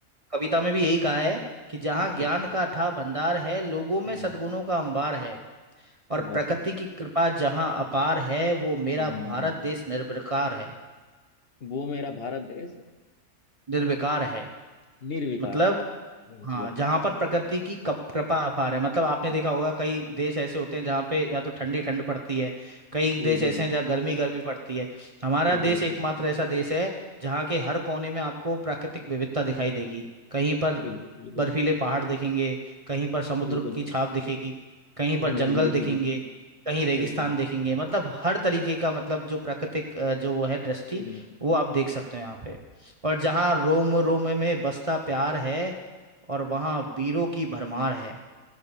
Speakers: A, on the right; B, on the left.
A: कविता में भी यही कहा है कि जहाँ
B: अच्छा
A: ज्ञान
B: अच्छा
A: का अथाह भंडार है लोगों में
B: हम्म
A: सद्गुणों का अंबार है और
B: वाह
A: प्रकृति की कृपा जहाँ अपार है वो
B: हम्म
A: मेरा भारत
B: हम्म,
A: देश निर्विकार है
B: हम्म। वो मेरा भारत देश
A: निर्विकार है
B: निर्विकार
A: मतलब
B: है वाह
A: हाँ
B: जी वाह
A: जहाँ पर प्रकृति की कप कृपा अपार है मतलब आपने
B: हम्म,
A: देखा होगा कई देश ऐसे होते हैं जहाँ पे या तो ठंडी ठंड पड़ती है कई
B: जी
A: देश
B: जी
A: ऐसे हैं जहाँ गर्मी गर्मी पड़ती है हमारा
B: जी जी
A: देश एकमात्र
B: जी जी
A: ऐसा देश है जहाँ के हर कोने में आपको प्राकृतिक विविधता दिखाई देगी कहीं पर
B: बिल्कुल बिल्कुल
A: बर्फीले पहाड़ दिखेंगे कहीं पर समुद्र
B: बिल्कुल बिल्कुल।
A: की छाप दिखेगी कहीं
B: कहीं
A: पर जंगल
B: गर्मी दिखेगी
A: दिखेंगे कहीं रेगिस्तान
B: बिल्कुल
A: देखेंगे मतलब हर तरीके का मतलब जो प्राकृतिक अ, जो वो है दृष्टि
B: सही बात है
A: वो आप देख सकते हो यहाँ पे और जहाँ रोम रोम में बसता प्यार है और वहाँ वीरों की भरमार है